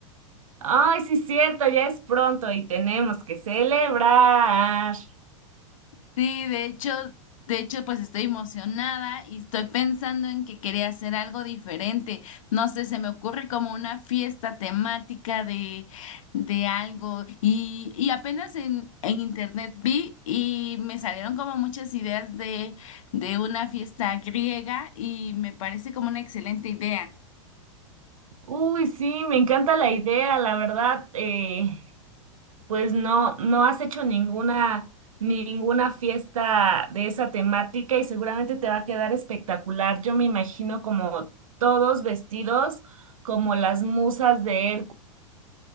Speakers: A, on the right; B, on the left.
A: Ay, sí, cierto, ya es pronto y tenemos que celebrar.
B: Sí, de hecho, de hecho, pues estoy emocionada y estoy pensando en que quería hacer algo diferente. No sé, se me ocurre como una fiesta temática de, de algo. Y, y apenas en, en internet vi y me salieron como muchas ideas de, de una fiesta griega y me parece como una excelente idea.
A: Uy, sí, me encanta la idea, la verdad. eh, pues no, no has hecho ninguna, ninguna fiesta de esa temática y seguramente te va a quedar espectacular. Yo me imagino como todos vestidos como las musas de